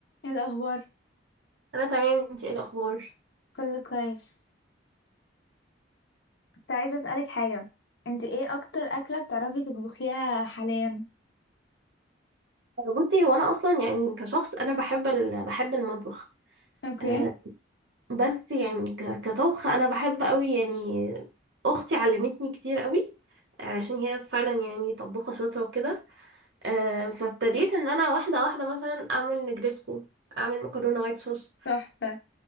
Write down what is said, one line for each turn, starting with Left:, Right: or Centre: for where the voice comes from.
Left: إيه الأخبار
Right: انا تمام انت ايه الاخبار
Left: كله كويس كنت عايزة أسألك حاجة انت ايه أكتر أكلة بتعرفي تطبخيها حاليا؟
Right: بصي هو انا اصلا يعني كشخص انا بحب ال... بحب المطبخ
Left: اوكي
Right: أه بس يعني ك... كطبخ انا بحب قوي يعني اختي علمتني كتير قوي عشان هي فعلا يعني طباخه شاطره وكده أه فابتديت ان انا واحده واحده مثلا اعمل نجريسكو اعمل مكرونه وايت صوص
Left: تحفة